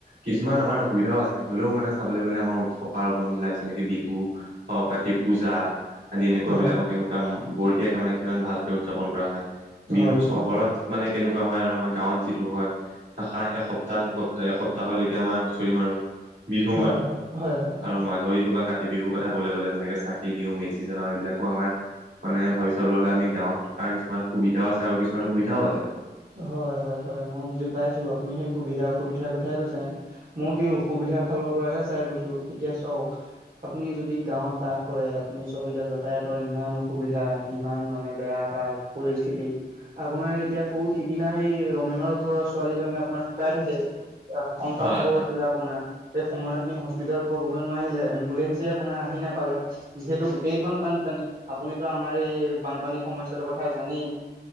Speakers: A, on the right; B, on the right.
A: কিছুমান আমাৰ অসুবিধাও আছে হ'লেও মানে চবলৈ গ'লে আমাৰ উৎসৱ। পাৰ্বণবিলাক যেনেকৈ বিহু সৰ কাতি পূজা। আদি এনেকুৱাবিলাকৰ
B: হয় হয়
A: এনেকুৱা বঢ়িয়াকৈ মানে কিমান ভালকৈ উদযাপন কৰা হয়। বিহু
B: হয় হয়
A: চহৰত মানে কেনেকুৱা হয় আৰু আমাৰ গাঁৱত যিটো হয়, এসপ্তাহ দুসপ্তাহ। এসপ্তাহলৈকে আমাৰ হুঁচৰি মাৰোঁ, বিহু
B: হয় হয়
A: মাৰোঁ
B: হয় হয় হয়
A: আৰু মাঘৰ বিহু বা কাতি বিহুৰ কথা ক'বলৈ'লে যেনেকৈ চাকি দিওঁ, মেজি জ্বলাও। এইবিলাকো আমাৰ মানে ভাবি চাবলৈ হ'লে আমি গাঁৱত থকা কিছুমান সুবিধাও আছে আৰু কিছুমান অসুবিধাও আছে।
B: হয়, হয়, হয়। মই বুজি পাইছোঁ আপুনি সেই সুবিধা অসুবিধাৰ কথাই কৈছে। মই সেই অসুবিধাৰ ফালৰ পৰাহে চাই কৈছোঁ এতিয়া চাওঁক। আপুনি যদি গাঁৱত বাস কৰে, আপুনি চাওঁক এতিয়া যাতায়াতৰ ইমান অসুবিধা, ইমান মানে বেয়া এটা পৰিস্থিতি আপোনাৰ এতিয়া সৌসিদিনা সেই ৰমেনৰ ঘৰৰ ছোৱালীজনী আপোনাৰ ঢুকাই থাকিল সন্তান
A: হয়
B: হ'ব
A: হয়।
B: হৈছিলে। আপোনাৰ সেই সময়ত নি হস্পিতাল পোৱাবগৈ নোৱাৰিলে এম্বুলেঞ্চে আপোনাৰ আহি নোপালে। যিহেতু গোটেইখন বানপানী। আপুনিতো আমাৰ এই বানপানী সমস্যাটোৰ কথা জানেয়ে